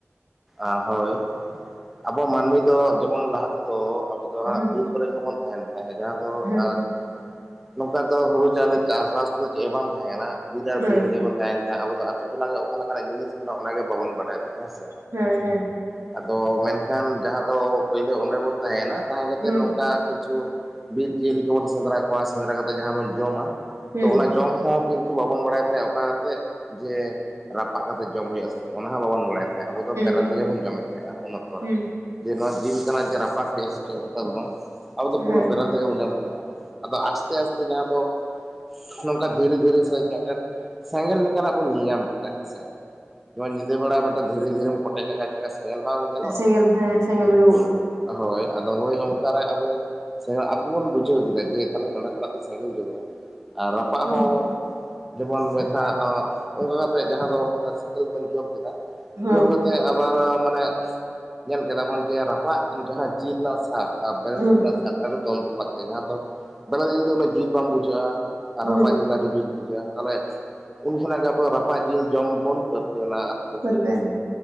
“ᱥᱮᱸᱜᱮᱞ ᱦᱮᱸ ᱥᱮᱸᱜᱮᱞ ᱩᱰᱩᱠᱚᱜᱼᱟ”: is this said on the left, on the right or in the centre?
Right